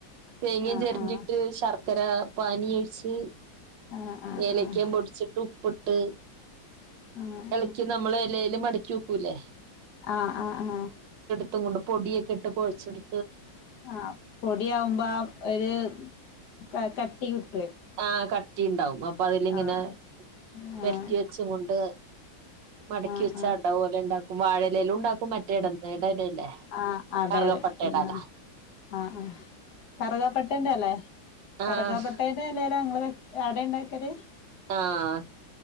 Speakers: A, on the right (about 70°); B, on the left (about 60°).
A: തേങ്ങം
B: ആഹ്
A: ചിരണ്ടിട്ട്
B: ആഹ്
A: ശർ ചക്കര പാനീ ഒഴിച്ച്
B: ആഹ്
A: ഏലക്കൻ
B: ആഹ്
A: പൊടിച്ചിട്ട് ഉ പൊട്ട്
B: ആഹ്
A: ഇളക്കി നമ്മള് എലേല് മടിക്കി വെക്കൂലേ
B: ആഹ ആഹ ആഹ
A: അത കൊണ്ട് പൊടിയൊക്കെട്ട് കുഴച്ചെടു
B: ആ പൊടിയകുമ്പോ ഒരു ക കട്ടികിട്ടും
A: ആഹ കട്ടി ഉണ്ടാവും അപ്പൊ അതിലിങ്ങനെ
B: ആഹ് ആഹ്
A: പെരട്ടി വെച്ചും കൊണ്ട് മടക്കി
B: ആഹ്
A: വെച്ച
B: ആഹ്
A: അട പോലെ ഉണ്ടാക്കും വാഴലയിലും ഉണ്ടാക്കും മറ്റേ ഇടലേലും ല്ലേ
B: ആഹ് അടയര
A: കറുകപ്പട്ടേടെല
B: ആഹ് ആഹ് ആ കറുകാപ്പട്ടേന്റെ ഇലെ
A: ആഹ്
B: കറുകാപ്പട്ടേന്റെ ല്ല അട ഉണ്ടാക്കല്
A: ആഹ